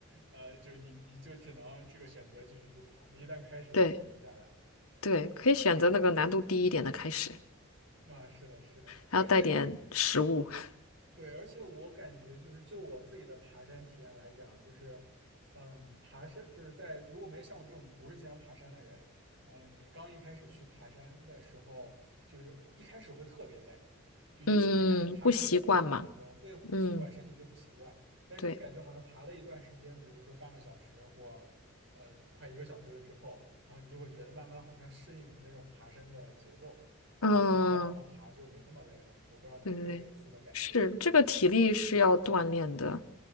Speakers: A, on the right; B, on the left.
A: 呃，就你你就只能这个选择继续去爬。你一旦开始了，
B: 对
A: 就停不下来。
B: 对，可以选择那个难度低一点的开始，
A: 啊，是的，是的，
B: 还要带点食物。
A: 而且
B: <laughs>
A: 对，而且我感觉就是就我自己的爬山体验来讲，就是，嗯，爬山就是在如果没有像我这种不是经常爬山的人，呃，你刚一开始去爬山的时候，就是一开始会特别累，就尤其一开始爬升的过程当中，
B: 嗯，不习惯嘛。
A: 对，会不习惯，
B: 嗯，
A: 身体就不习惯，但是你感觉好像爬了一段时间，
B: 对，
A: 比如说半个小时或呃快一个小时了之后，然后你就会觉得慢慢好像适应了那种爬山的节奏，
B: 嗯。
A: 然后就再往后爬就没那么累了。我不知道你有没有类似的感觉。
B: 对对对，是这个体力是要锻炼的，